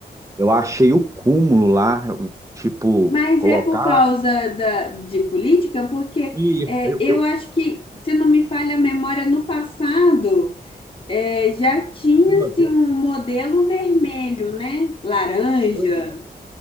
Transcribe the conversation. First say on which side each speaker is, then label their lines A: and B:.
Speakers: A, on the right (about 20°); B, on the left (about 30°).
A: eu achei o cúmulo lá, o tipo,
B: Mas
A: colocar.
B: é por causa da, de política, porque
A: Isso,
B: é,
A: eu,
B: eu
A: eu,
B: acho que, se não me falha a memória, no passado é, já tinha-se
A: uma
B: um modelo vermelho, né? Laranja.
A: vez,